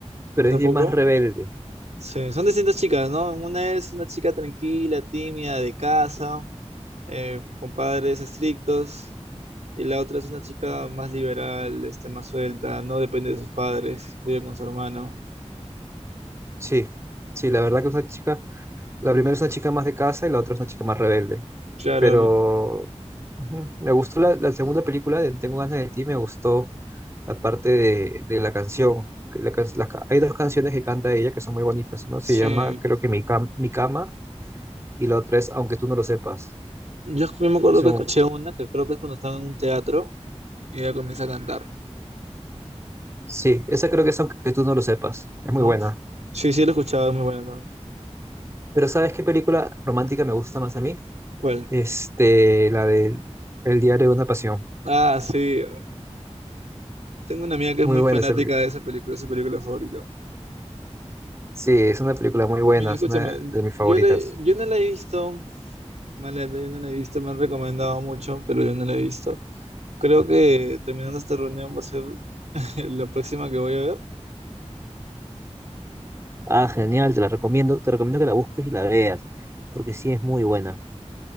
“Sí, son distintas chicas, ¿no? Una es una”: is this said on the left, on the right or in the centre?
Right